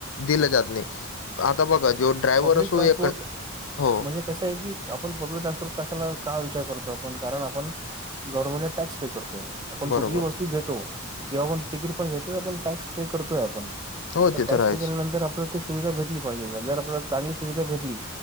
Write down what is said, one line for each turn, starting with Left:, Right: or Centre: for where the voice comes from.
Left: दिलं जात नाही. आता बघा जो ड्रायव्हर
Right: पब्लिक
Left: असो
Right: ट्रान्सपोर्ट
Left: एक हो
Right: म्हणजे कसं आहे की, आपण पब्लिक ट्रान्सपोर्ट कशाला का विचार करतो आपण, कारण आपण गव्हर्मेंटला टॅक्स पे करतोय. आपण
Left: बरोबर
Right: कुठलीही वस्तू घेतो किंवा आपण तिकीट पण घेतोय आपण, टॅक्स पे करतोय आपण.
Left: हो
Right: तर
Left: ते
Right: टॅक्स
Left: आहेच
Right: पे केल्यानंतर आपल्याला ती सुविधा भेटली पाहिजे. जर आपल्याला चांगली सुविधा भेटली